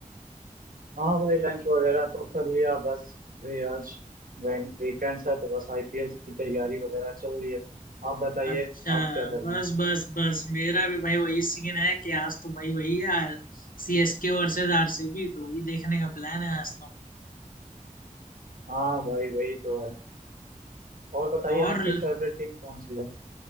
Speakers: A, on the right; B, on the left.
A: हाँ भाई लंच वगैरह तो कर लिया बस अरे आज वीकेंड्स है तो बस आईपीएल की तैयारी वगैरह चल रही है आप बताइए
B: अच्छा
A: आप क्या कर रहे
B: बस
A: हैं
B: बस बस मेरा भी भाई वही सीन है कि आज तो भाई वही है C S K versus R C B तो वही देखने का प्लान है आज तो
A: हाँ भाई वही तो है और बताइए
B: और
A: आपकी
B: ल-
A: फेवरेट टीम कौन सी है